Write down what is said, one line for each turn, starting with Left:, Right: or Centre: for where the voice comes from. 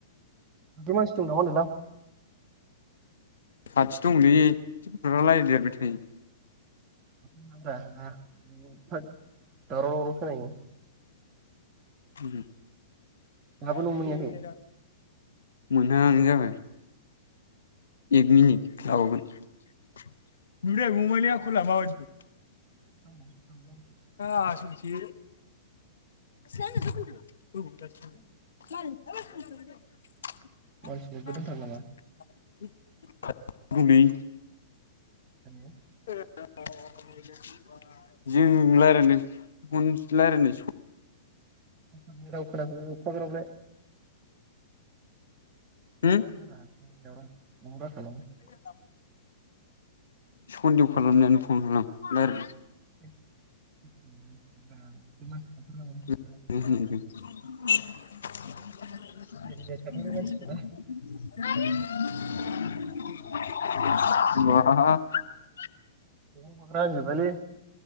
Right: नोंजों मानसि दं नामा होदोलां?
Left: खाथि दंलै रायलाय देरबाय थायो।
Right: <unintelligible> दावराव खोनायो।
Left: उम
Right: दाबो
Left: रादे
Right: न' मोनहैयाखै?
Left: रा मोनहां हां‌ जाबाय। एक मिनिट लाबावगोन। नुदों अमानि आखला मादि।
Right: <unintelligible>
Left: आसलसो <unintelligible> <unintelligible>
Right: मानसिनो गोरोंथार नामा
Left: दंलै
Right: <unintelligible>
Left: <unintelligible> जों रायज्लायनो <unintelligible>
Right: सोरनि राव खोनाखो एफाग्राबलाय
Left: होम
Right: <inaudible> <unintelligible> <unintelligible>
Left: <unintelligible> सन्देह खालामनानै फन खालाम बार
Right: <unintelligible> <unintelligible>
Left: <unintelligible> आयौ
Right: गग्र' गाग्रा होनजोबबाय
Left: बवाहा हा
Right: <unintelligible> राजिबालै